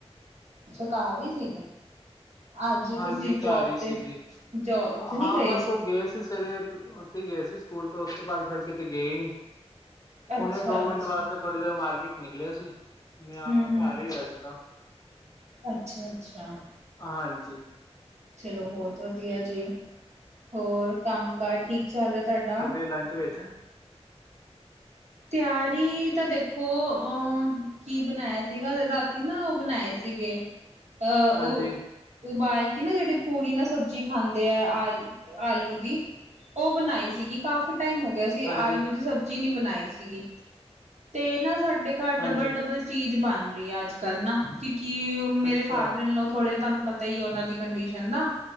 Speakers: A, on the right; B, on the left.
A: ਅੱਛਾ, ਘਰ ਹੀ ਸੀਗੇ। ਅੱਜ
B: ਹਾਂਜੀ,
A: ਤੁਸੀਂ
B: ਘਰ
A: ਜੋਬ
B: ਹੀ ਸੀ
A: ਤੇ
B: ਜੀ
A: ਜੋ ਉੱਥੇ ਨੀ
B: ਹਾਂ
A: ਗਏ
B: ਬਸ ਉਹ ਗਏ ਸੀ ਤੇ ਫਿਰ ਉੱਥੇ ਗਏ ਸੀ, ਸਕੂਲ ਤੋਂ ਉਸ ਤੋਂ ਬਾਅਦ ਫੇਰ ਕਿਤੇ ਗਏ ਹੀ ਨੀ।
A: ਅੱਛਾ-ਅੱਛਾ
B: ਹੁਣੇ ਦੋ ਮਿੰਟ ਵਾਸਤੇ ਥੋੜ੍ਹੀ ਦੇਰ ਮਾਰਕੀਟ ਨਿਕਲਿਆ ਸੀ। ਸੁਨਿਆ
A: ਹੂੰ-ਹੂੰ
B: ਘਰ ਈ ਹੀ ਅੱਜ ਤਾਂ
A: ਅੱਛਾ-ਅੱਛਾ
B: ਹਾਂਜੀ।
A: ਚਲੋ ਬਹੁਤ ਵਧੀਆ ਜੀ, ਹੋਰ ਕੰਮ ਕਾਰ ਠੀਕ ਚੱਲ ਰਿਹਾ ਤੁਹਾਡਾ?
B: ਕਿ ਲੰਚ ਵਿੱਚ
A: ਤਿਆਰੀ ਤਾਂ ਦੇਖੋ ਅਹ ਕੀ ਬਣਾਇਆ ਸੀਗਾ, ਰਾਤੀ ਨਾ ਉਹ ਬਣਾਏ ਸੀਗੇ। ਅਹ
B: ਹਾਂਜੀ
A: ਉਹ ਉਬਾਲ ਕੇ ਨਾ ਜਿਹੜੇ ਪੂੜੀ ਨਾਲ ਸਬਜ਼ੀ ਖਾਂਦੇ ਆ ਆਲ ਆਲੂ ਦੀ। ਉਹ ਬਣਾਈ ਸੀਗੀ, ਕਾਫੀ ਟਾਈਮ ਹੋ ਗਿਆ ਸੀ। ਤੇ
B: ਹਾਂਜੀ
A: ਆਲੂ ਦੀ ਸਬਜ਼ੀ ਨੀ ਬਣਾਈ ਸੀਗੀ, ਤੇ ਨਾ ਸਾਡੇ ਘਰ ਡਬਲ
B: ਹਾਂਜੀ
A: -ਡਬਲ ਚੀਜ਼ ਬਣ ਰਹੀ ਆ ਅੱਜ ਕੱਲ੍ਹ ਨਾ, ਕਿਉਂਕਿ ਮੇਰੇ
B: ਅੱਛਾ
A: ਫਾਦਰ ਇਨ ਲਾਅ ਥੋੜੇ ਤੁਹਾਨੂੰ ਪ ਪਤਾ ਹੀ ਉਹਨਾਂ ਦੀ ਕੰਡੀਸ਼ਨ ਦਾ